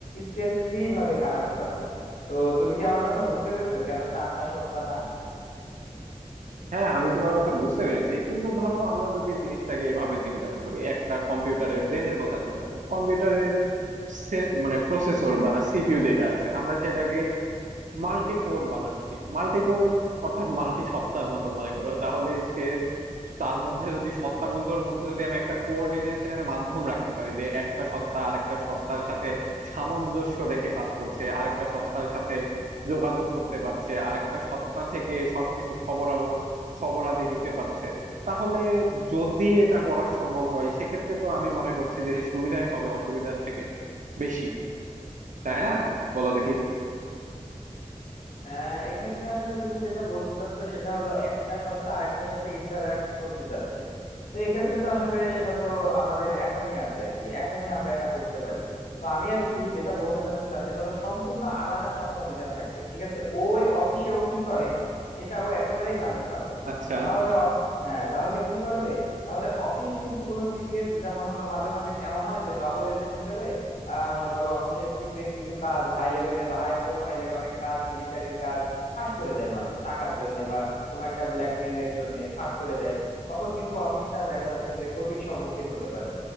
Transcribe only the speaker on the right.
হ্যাঁ আমি তোমার কথা বুঝতে পেরেছি কিন্তু ধরো আমরা যদি জিনিসটাকে এভাবে চিন্তা করি একটা কম্পিউটারের ব্রেনের কথা চিন্তা করো কম্পিউটারের সে- মানে প্রসেসর বা সিপিইউ যেটা আছে আমরা সেটাকে মাল্টি কোর বানাচ্ছি মাল্টি কোর অর্থাৎ মাল্টি সত্তার মতো মনে করো তাহলে সে তার মধ্যে যদি সত্তাগুলোর মধ্যে যদি আমি একটা কোঅর্ডিনেশনের মাধ্যম রাখতে পারি যে একটা সত্তা আরেকটা সত্তার সাথে সামঞ্জস্য রেখে কাজ করছে আরেকটা সত্তার সাথে যোগাযোগ করতে পারছে আরেকটা সত্তা থেকে সবকিছু খবরাবর খবরাদি নিতে পারছে তাহলে যদি এটা করা সম্ভব হয় সেক্ষেত্রে তো আমি মনে করছি যে সুবিধাই হবে অসুবিধার থেকে বেশি তাই না বলো দেখি
আচ্ছা